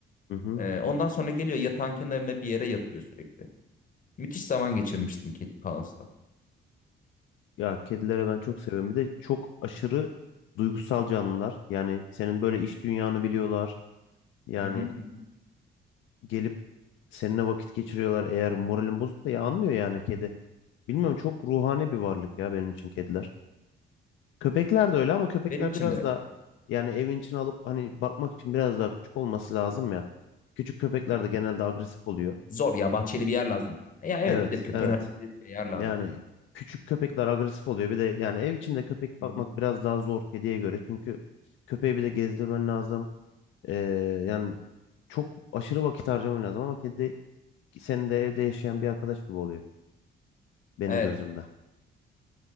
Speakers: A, on the left; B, on the left.
A: Hı hı.
B: E, ondan sonra geliyor yatağın kenarına bir yere yatıyor sürekli. Müthiş zaman geçirmiştim ki Kaos'ta.
A: Ya kedilere ben çok seviyorum. Bir de çok aşırı duygusal canlılar. Yani senin böyle iş dünyanı biliyorlar. Yani
B: Hı hı, hı hı.
A: gelip seninle vakit geçiriyorlar. Eğer moralin bozuksa ya anlıyor yani kedi. Bilmiyorum çok ruhani bir varlık ya benim için kediler. Köpekler de öyle ama köpekler
B: Benim için
A: biraz
B: de öyle.
A: da yani evin içine alıp hani bakmak için biraz daha küçük olması lazım ya. Küçük köpekler de genelde agresif oluyor.
B: Zor ya bahçeli bir yer lazım. Ya evet
A: Evet,
B: bir de köpeğin
A: evet.
B: hareket ettiği yer lazım.
A: Yani küçük köpekler agresif oluyor. Bir de yani ev içinde köpek
B: Hı
A: bakmak
B: hı.
A: biraz daha zor kediye göre. Çünkü köpeği bir de gezdirmen lazım. Ee, yani çok aşırı vakit harcaman lazım ama kedi senin de evde yaşayan bir arkadaş gibi oluyor benim
B: Evet.
A: gözümde.